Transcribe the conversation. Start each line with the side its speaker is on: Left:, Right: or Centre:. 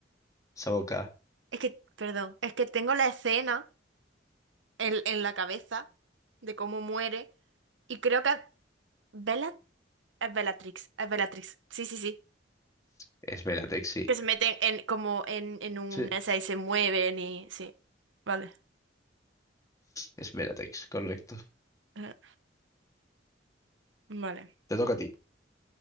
Left: Saboka.
Right: Es que, perdón, es que tengo la escena en, en la cabeza de cómo muere y creo que Bella, es Bellatrix, es Bellatrix, sí, sí, sí,
Left: Es Bellatrix, sí.
Right: que se meten en como en, en una
Left: Sí.
Right: esa y se mueven y sí, vale,
Left: Es Bellatrix, correcto.
Right: eh, vale.
Left: Te toca a ti.